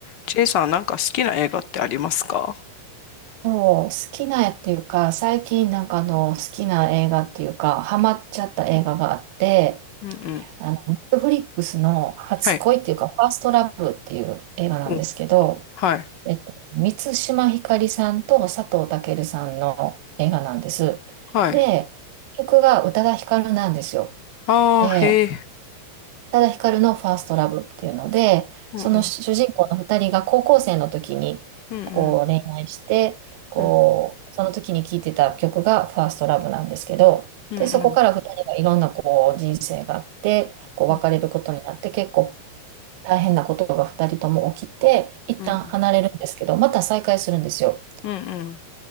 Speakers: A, on the left; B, on the right.
A: ジェイさんなんか好きな映画ってありますか？
B: そう、好きな絵っていうか、最近なんかあの、好きな映画っていうか、ハマっちゃった映画があって、
A: うんうん
B: あの、Netflix の初恋っていうか、
A: はい
B: ファーストラブっていう映画なんですけど、
A: おはい
B: えっと、満島ひかりさんと佐藤健さんの映画なんです。
A: はい
B: で、曲が宇多田ヒカルなんですよ。
A: あへえ
B: で、ただヒカルのファーストラブっていうので、
A: うんうん
B: その主人公の二人が高校生の時にこう恋愛して、
A: うん
B: こう、
A: うん
B: その時に聴いてた曲がファーストラブなんですけど、
A: うんうん
B: で、そこから二人がいろんなこう人生があって、こう別れることになって結構
A: うん
B: 大変なことが二人とも起きて、一旦離れるんですけど、
A: うんうん
B: また再会するんですよ。
A: うん